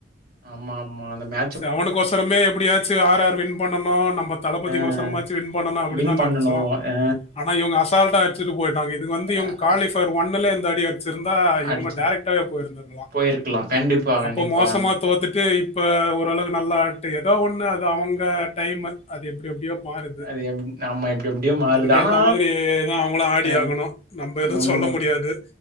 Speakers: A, on the right (about 55°); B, on the left (about 35°).
A: ஆமா ஆமா அந்த மே
B: ச அவனுக்கோசரமே எப்படியாச்சு ஆர் ஆர் வின் பண்ணணு நம் தளபதிக்கோசரமாச்சுவின்
A: அ, அ.
B: பண்ணணு அப்டின்
A: வின்
B: தா
A: பண்ணணும்.
B: நெனச்சோ
A: அ,
B: ஆனா இவுங்க அசால்டா அச்சுட்டு போயிட்டாங்க இது வந்து
A: அ.
B: இவுங்க குவாலிஃபர்
A: அ
B: ஒன்னுல இந்த அடி ச்சிருந்தா இவுங்க
A: அடிச்சு
B: டேரெக்டாவே போயிருந்தக்கலா
A: போயிருக்கலாம். கண்டிப்பா, கண்டிப்பா.
B: அப்ப மோசமா தோத்துட்டு இப்ப ஓரளவு நல்லா ஆட்டு ஏதோ ஒண்ணு அது அவுங்க டைம் அது எப்டி எப்டியோ மாருது
A: அது எப் ஆமா எப்டி எப்டியோ மாறுது.
B: அதுக்கு
A: ஆனா
B: ஏத்த மாதிரிதா அவுங்களு ஆடி
A: அ
B: ஆகணு நம்ப எது
A: உண்ம
B: சொல்ல முடியாது